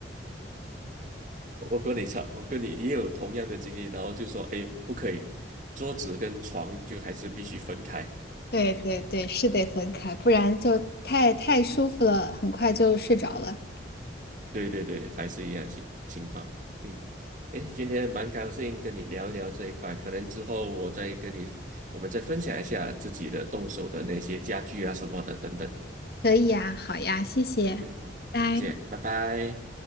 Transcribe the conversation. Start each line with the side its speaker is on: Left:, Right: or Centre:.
Right: 我跟你差，我跟你也有同样的经历，然后就说，哎，不可以，桌子跟床就还是必须分开。
Left: 对对对，是得分开，不然就太太舒服了，很快就睡着了。
Right: 对对对，还是一样情情况。嗯，诶，今天蛮高兴跟你聊一聊这一块，可能之后我再跟你，我们再分享一下自己的动手的那些家具啊什么的等等。
Left: 可以呀，好呀，谢谢，
Right: 嗯，
Left: 拜。
Right: 再见，拜拜。